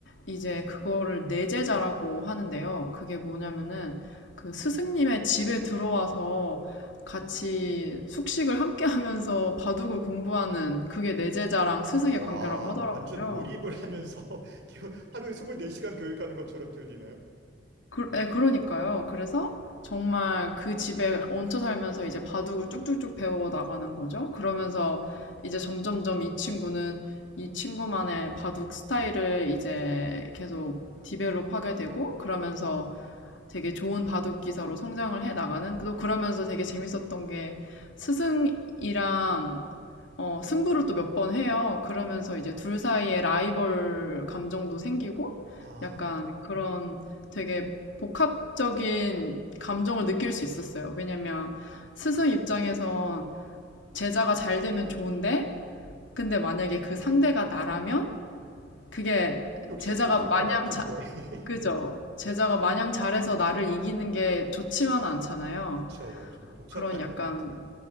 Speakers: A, on the left; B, on the right.
A: 이제 그거를 내 제자라고 하는데요. 그게 뭐냐면은 그 스승님의 집에 들어와서 같이 숙식을 함께 하면서 바둑을 공부하는 그게 내 제자랑 스승의
B: 와,
A: 관계라고 하더라고요.
B: 완전 몰입을 하면서 <laughs> 하루에 24시간 교육하는 것처럼 들리네요.
A: 그, 예, 그러니까요. 그래서 정말 그 집에 얹혀 살면서 이제 바둑을 쭉쭉쭉 배워 나가는 거죠. 그러면서 이제 점점점 이 친구는 이 친구만의 바둑 스타일을 이제 계속 디벨롭 하게 되고 그러면서 되게 좋은 바둑 기사로 성장을 해 나가는 또 그러면서 되게 재밌었던 게 스승이랑 어, 승부를 또 몇 번 해요. 그러면서 이제 둘 사이에 라이벌 감정도 생기고
B: 아,
A: 약간 그런 되게 복합적인 감정을 느낄 수 있었어요. 왜냐면 스승 입장에선 제자가 잘 되면 좋은데 근데 만약에 그 상대가 나라면 그게
B: 욕심도
A: 제자가
B: 있을
A: 마냥
B: 것 같은데.
A: 자,
B: <laughs>
A: 그죠? 제자가 마냥 잘해서 나를 이기는 게 좋지만은 않잖아요.
B: 그쵸. 좀 복잡할
A: 그런 약간,
B: 것 같아요.